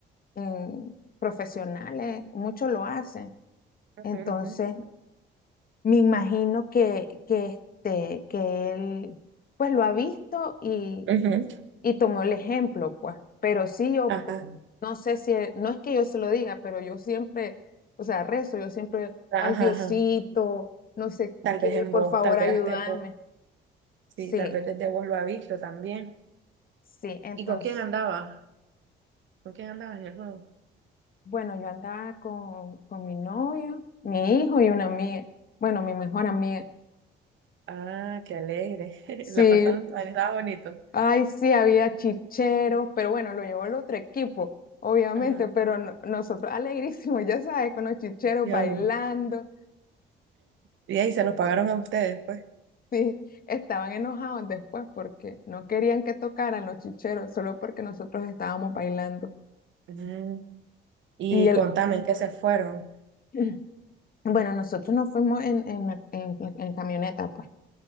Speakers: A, on the left; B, on the right.
A: en profesionales, muchos lo hacen.
B: Ujú,
A: Entonces,
B: ujú.
A: me imagino que, que, este, que él, pues, lo ha visto y,
B: Ujú.
A: y tomó el ejemplo, pues, pero sí yo,
B: Ajá,
A: pues, no sé si, no es que yo se lo diga, pero yo siempre, o sea, rezo, yo siempre,
B: ajá,
A: ay Diosito,
B: ajá.
A: no sé
B: Tal
A: qué,
B: vez en
A: por
B: vos,
A: favor
B: tal vez
A: ayúdame.
B: hasta en vos. Sí,
A: Sí,
B: tal vez desde vos lo ha visto también.
A: sí, entonces,
B: ¿Y con quién andaba? ¿Con quién andabas en el juego?
A: bueno, yo andaba con, con mi novio, mi hijo y una amiga, bueno, mi mejor amiga.
B: Ah, qué alegre. <laughs>
A: Sí,
B: La pasaron, ah, estaba bonito.
A: ay, sí, había chicheros, pero bueno, lo llevó el otro equipo. Obviamente,
B: Ajá.
A: pero no- nosotros alegrísimos, ya sabes, con los chicheros
B: Dios
A: bailando,
B: mío. Y ahí se los pagaron a ustedes, pues.
A: Sí, estaban enojados después porque no querían que tocaran los chicheros solo porque nosotros estábamos bailando.
B: Mm, Y
A: Y el,
B: contame, ¿en qué se fueron?
A: <clears throat> bueno, nosotros nos fuimos en, en, la- en- en camioneta, pues,